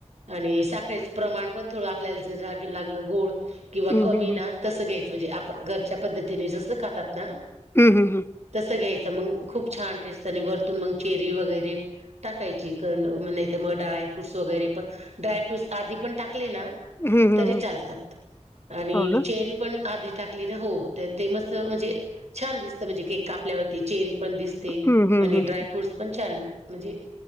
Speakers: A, on the right (about 65°); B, on the left (about 20°).
A: आणि साखरे चं प्रमाण पण थोडं आपल्याला जर लागलं गोड किंवा
B: हं
A: कमी
B: हं
A: ना तसं घ्यायचं, म्हणजे आपण घरच्या पद्धतीने जसं खातात ना
B: हं हं हं
A: तसं घ्यायचं, मग खूप छान टेस्ट आणि वरतून मग चेरी वगैरे टाकायची. नाही तर मग ड्रायफ्रूट्स वगैरे पण ड्रायफ्रूट्स आधी पण टाकले ना,
B: हं हं
A: तरी
B: हं
A: चालतात, आणि
B: हो ना
A: चेरी पण आधी टाकली ना, हो, तर ते मस् म्हणजे छान दिसत म्हणजे केक कापल्यावरती चेरी पण दिसत
B: हं हं
A: ड्राय
B: हं
A: फ्रुट पण छान म्हणजे